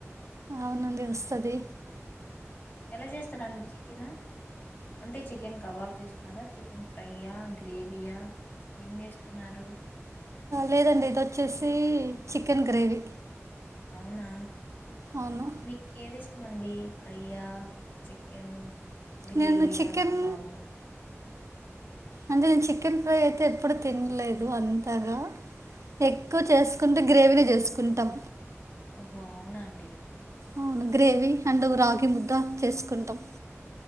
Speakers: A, on the right (about 75°); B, on the left (about 40°).
A: అవునండి వస్తది
B: ఎలా చేస్తారాండి చికెనా అంటే చికెన్ కబాబ్ చేస్తున్నారా చికెన్ ఫ్రైయా గ్రేవీయా ఏం చేస్తున్నారు
A: లేదండి ఇది వచ్చేసి చికెన్ గ్రేవీ
B: అవునా
A: అవును
B: మీకేది ఇష్టమండి ఫ్రైయా చికెన్ గ్రేవయా
A: నేను చికెన్
B: కబాబా
A: అంటే నేను చికెన్ ఫ్రై అయితే ఎప్పుడు తినలేదు అంతగా ఎక్కువ చేసుకుంటే గ్రేవీనే చేసుకుంటాం
B: ఓహో అవునండి
A: అవును గ్రేవీ అండ్ రాగి ముద్ద చేసుకుంటాం